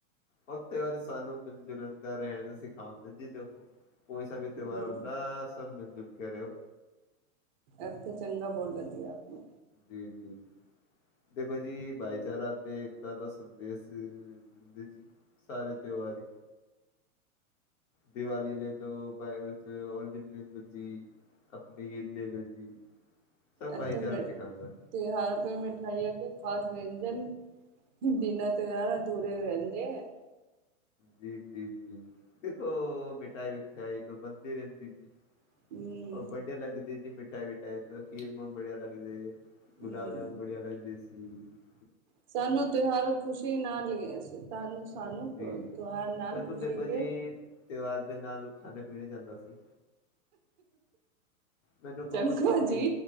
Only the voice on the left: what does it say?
ਉੱਥੇ ਫੇਰ ਸਾਨੂੰ ਮਿਲ ਜੁਲਣ ਦਾ ਰਹਿਣ ਦਾ ਸਿਖਾਉਂਦਾ ਜੀ ਸਾਨੂੰ? ਕੋਈਸਾ ਵੀ ਤਿਉਹਾਰ
ਹੁੰਦਾ ਸੀ? ਸਭ ਮਿਲ ਜੁੱਲ ਕੇ ਰਹਿਉਂ?
ਜੀ ਜੀ ਜੀ ਦੇਖੋ ਜੀ ਭਾਈਚਾਰਾ ਤੇ ਇੱਕਤਾ ਦਾ ਸੰਦੇਸ਼ ਦਿੰਦੇ ਜੀ ਸਾਰੇ ਤਿਉਹਾਰ? ਦੀਵਾਲੀ ਲੈਦੋ ਵਾਹਿਗੁਰੂ ਉਹ ਲੈਦੋ ਜੀ ਆਪਣੀ ਈਦ ਲੈ ਲੋ ਜੀ? ਸਭ ਭਾਈਚਾਰਾ
ਸਿਖਾਂਦਾ।
ਜੀ ਜੀ ਜੀ ਦੇਖੋ ਮਿਠਾਈ ਵਿਠਾਈ ਤੋਂ ਬਣਦੀ ਰਹਿੰਦੀ ਜੀ?
ਉਹ ਵੜੀਆ ਲੱਗਦੀ ਜੀ? ਟੈਵੀ ਟੈਕਸ ਖੀਰ ਬਹੁਤ ਬੜੀਆ ਲੱਗ ਜੇ? ਗੁਲਾਬ
ਜਾਮੁਨ ਬੜੀਆ ਲੱਗਦੀ ਸੀ? ਹੂੰ।
ਜੀ ਜੀ
ਮੈਨੂੰ
ਦੇਖੋ
ਜੀ ਤਿਉਹਾਰ ਦੇ ਨਾਲ ਖਾਣੇ ਪੀਣੇ ਜਾਂਦਾ ਸੀ ਮੈਨੂੰ ਕੋਈ
ਮਤਲਬ
ਨੀ